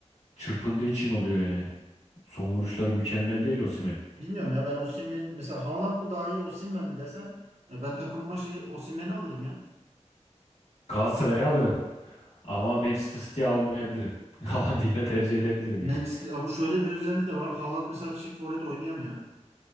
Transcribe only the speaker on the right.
Bilmiyorum ya ben Osimhen mesela Haaland mı daha iyi Osimhen mi desen ya ben takımıma şey Osimhen'i alırım ya.
Manchester
ama şöyle bir özelliği de var. Haaland mesela çift forvet oynayamıyor.